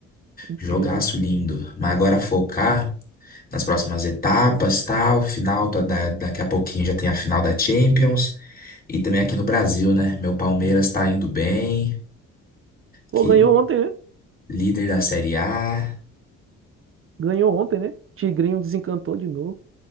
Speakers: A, on the right; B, on the left.
A: incrível.
B: jogaço lindo. Mas agora focar nas próximas etapas, tal, final, tá, da- daqui a pouquinho já tem a final da Champions e também aqui no Brasil, né? Meu Palmeiras tá indo bem,
A: Pô,
B: que
A: ganhou ontem, né?
B: líder da Série A.
A: Ganhou ontem, né? Tigrinho desencantou de novo.